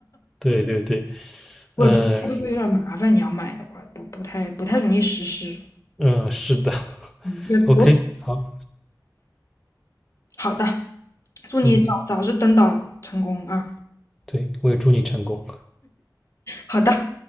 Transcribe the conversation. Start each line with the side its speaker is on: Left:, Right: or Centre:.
Centre: 对对对，
Left: 我觉得会不会有点麻烦？
Centre: 呃
Left: 你要买的话，不不太不太容易实施。
Centre: 嗯、呃，是的 <laughs>，OK，
Left: 这国
Centre: 好，
Left: 好的，祝你早早日登岛成功啊！
Centre: 嗯，对，我也祝你成功。
Left: 好的。